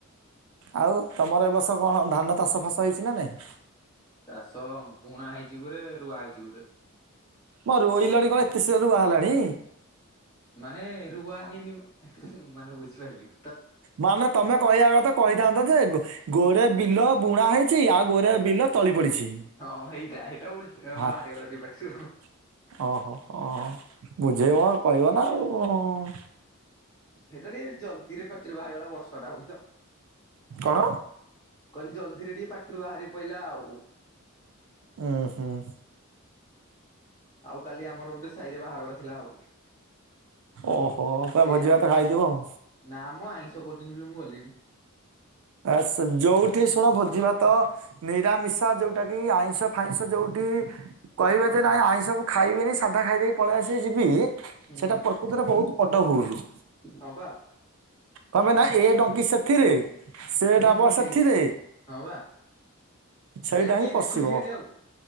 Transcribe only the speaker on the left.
ଚାଷ ବୁଣା ହେଇଛି ଗୁରେ ରୁଆ ହେଇଛି ଗୁରେ।
ମାନେ ରୁଆ ହେଇନି ମାନେ ବୁଝିପାଇଲେକି।
ହଁ ହେଇଟା ହେଇଟା ଉଲ
ବାହାରିଗଲା
ଟିକେ ପାଟିରୁ।
ସେଟା ଟିକେ ଜଲ୍ଦି ରେ ପାଟିରୁ ବାହାରିଗଲା ବର୍ଷା ଟା ହଉଛି ତ। <inaudible>
କହିଲି ଜଲଦିରେ ଟିକେ ପାଟିରୁ ବାହାରିକି ପଇଲା ଆଉ <inaudible>
ଆଉ କାଲି ଆମର ଗୋଟେ ସାହି ରେ ବାହାଘର ଥିଲା ଆଉ <inaudible> <inaudible>
ସେ
ନା ମୋ ଆଇଁଷ କରୁଛନ୍ତି ବୋଲି ମୁଁ ଗଲିନି।
ହୁଁ
ହଁ ପା।
ହୁଁ
ହୁଁ
ଏଇଠି ହଁ ବା
ଏ କିଏ
ଦେଖୁଛି ସେଠି ଆଉ